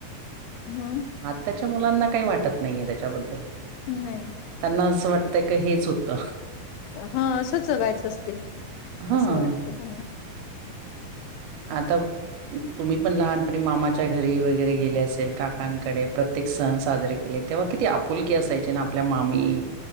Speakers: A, on the left; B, on the right.
A: हम्.
B: त्याच्या मुलांना काही वाटत नाहीये त्याच्याबद्दल
A: नाही.
B: त्यांना असं वाटतंय का हेच होतं.
A: हा असंच बायच असते
B: हां.
A: असं वाटते त्यांना
B: आता तुम्ही पण लहानपणी मामाच्या घरी वगैरे गेले असेल काकांकडे प्रत्येक सण साजरे तेव्हा किती आपुलकी असायचे ना आपल्या मामी